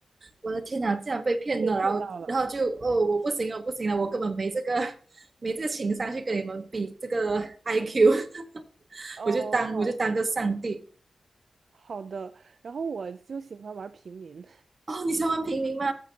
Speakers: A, on the right; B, on the right.
A: 我的天哪，竟然被骗了，
B: 又被骗到了。
A: 然后然后就哦，我不行了，不行了，我根本没这个没这个情商去跟你们比这个 IQ，<laughs>
B: 哦，
A: 我就当我就当个上帝
B: 好好的。然后我就喜欢玩平民，
A: 哦，你喜欢玩平民吗？